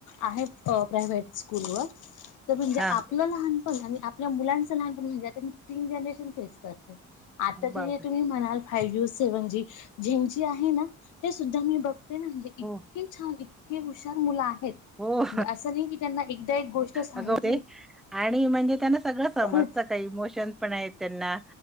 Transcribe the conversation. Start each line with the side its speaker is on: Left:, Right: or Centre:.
Left: आहे अ प्रायव्हेट स्कूलवर तर म्हणजे
Centre: हा
Left: आपलं लहान पण आणि आपल्या मुलांचा लहानपण म्हणजे आता मी तीन जनरेशन फेस करते आताचे
Centre: बापरे
Left: जे तुम्ही म्हणाल फाइव जी, सेव्हन जी ज्यांची आहे ना ते सुद्धा मी बघते ना म्हणजे इतके
Centre: हो
Left: छान, इ तकी हुशार मुलं आहेत
Centre: हो
Left: म्हणजे असं नाही की त्यांना एकदा एक गोष्ट सांगे
Centre: अगं ते आणि म्हणजे त्यांना सगळं समजतं
Left: खूप
Centre: काय इमोशन पण आहेत त्यांना